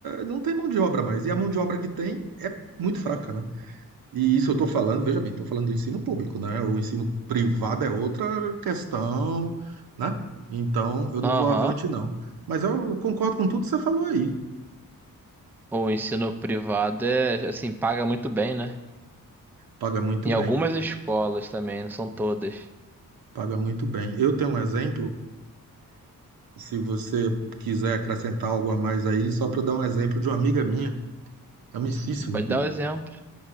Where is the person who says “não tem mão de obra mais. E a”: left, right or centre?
Right